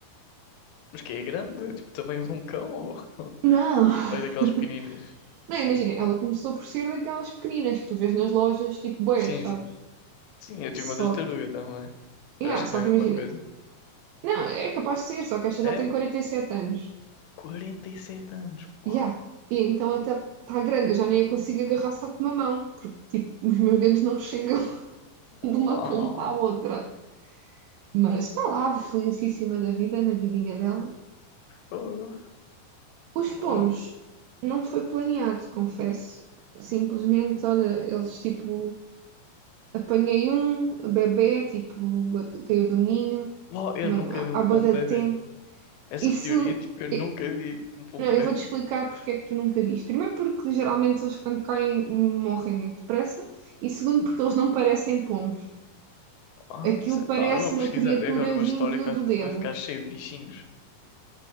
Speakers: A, on the left; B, on the right.
A: Mas que é grande? É Tipo, tamanho de um cão? Ou, <laughs>
B: Não! <laughs>
A: ou é daquelas pequeninas?
B: Não, imagina, ela começou por ser daquelas pequeninas que tu vês nas lojas, tipo boias,
A: Sim,
B: sabes?
A: sim. Sim, eu tive
B: Só
A: uma tartaruga
B: que,
A: também. Mas
B: yeah,
A: acho
B: só
A: que não é
B: que
A: a
B: imagina,
A: mesma coisa.
B: não, é capaz de ser, só que esta
A: É?
B: já tem 47 anos.
A: quarenta e sete anos. Uau!
B: Yeah. E então até está grande, eu já nem a consigo agarrar só com uma mão, porque tipo, os meus dedos não chegam <laughs>
A: Uau!
B: de uma ponta à outra. Mas está lá, felicíssima da vida, na vidinha dela.
A: Fogo.
B: Os pomos
A: Uau!
B: não foi planeado, confesso. Simplesmente, olha, eles tipo, apanhei um bebé, tipo, a- caiu do ninho,
A: Uau! Eu
B: uma-
A: nunca vi um
B: há bué
A: pombo
B: de
A: bebê.
B: tempo.
A: Essa
B: Isso,
A: teoria, tipo, eu nunca
B: eh,
A: vi um pombo
B: não, eu
A: bebê.
B: vou-te explicar porque é que tu nunca viste. Primeiro porque geralmente eles quando caem morrem muito depressa e segundo porque eles não parecem pombos.
A: Ah,
B: Aquilo
A: se-
B: parece
A: não, eu vou
B: uma
A: pesquisar
B: criatura
A: É agora uma
B: vinda
A: história que vai,
B: do
A: fi-
B: demo.
A: vai ficar cheio de bichinhos.